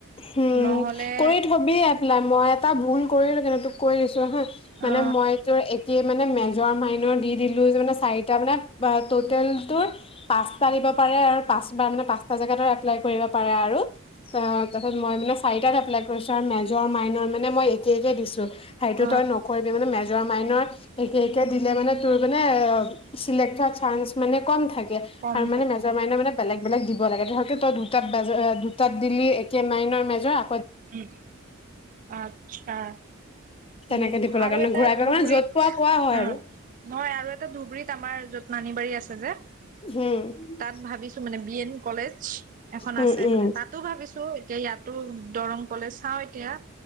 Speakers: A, on the left; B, on the right.
A: হম
B: নহ'লে
A: কৰি থবি আ পেলেম বোৰত এটা ভুল কৰিলো কেনে তোক কৈ দিছো হা মানে
B: অ
A: মই তোৰ একেই মানে মেজৰ মাইনৰ দি দিলো চাৰিটা মানে টোতেলটো পাচটা দিব পাৰে আৰু পাঁচবাৰ মানে পাচটা জেগাত এপ্লাই কৰিব পাৰে আৰু অ তাৰপিছত মই মানে চাৰিটাত এপ্লাই কৰিছোঁ আৰু মেজৰ মাইনৰ মানে মই একে একে দিছোঁ সেইটো
B: অ
A: তই নকৰিবি মানে মেজ মেজৰ মাইনৰ এতি এতিয়া দিলে মানে তোৰ মানে চেলেক হোৱা চানস মানে কম থাকে।
B: কম
A: আৰু মানে
B: থাকে
A: মেজৰ মাইনাৰ মানে বেলেগ বেলেগ। থাকিব লাগে ধৰ তই দুটাত বজাত। দিল্লী একে মাইনৰ মে যোৱা
B: উ আচ্ছা
A: তেনেকে
B: উ
A: দিব লাগে
B: আৰু
A: মানে
B: এটা
A: ঘূৰাই পেলাই
B: ধুবুৰীত
A: মানে য'ত পোৱা পোৱা হয়
B: উ
A: আৰু
B: নহয় আৰু এটা ধুবুৰীত আমাৰ যতনানী বাৰী আছে যে।
A: উম
B: তাত ভাবিছো মানে বিয়েন কলেজ এখন
A: উম
B: আছে
A: উম
B: মানে তাতো ভাবিছো এ ইয়াতো দৰং কলেজ চাওঁ এতিয়া